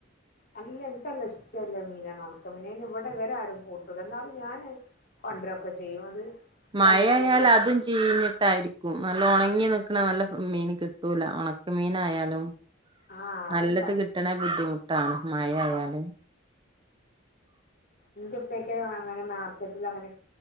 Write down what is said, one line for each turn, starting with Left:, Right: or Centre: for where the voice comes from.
Left: അല്ല ഇൻക്ക് നല്ല ഇഷ്ടള്ള മീനാണ് ഒണക്ക മീന് അയ്ന് ഇവടെ ഇവര് ആരും കൂട്ടുല്ല എന്നാലും ഞാന് കൊണ്ടരൊക്കെ ചെയ്യും അത്
Right: മയ
Left: കഞ്ഞിവെള്ളത്തിലൊക്കെ
Right: ആയാൽ അതും ചീഞ്ഞിട്ടായിരിക്കും നല്ല ഒണങ്ങി നിക്കണ നല്ല മീന് കിട്ടൂല ഒണക്ക മീനായാലും
Left: ആഹ് അത്ണ്ടാവും
Right: നല്ലത് കിട്ടണെ ബുദ്ധിമുട്ടാണ് മഴ ആയാല്
Left: ഇന്റെ ഇപ്പൊക്കെ വാങ്ങാനും മാർക്കറ്റിൽ അങ്ങനെ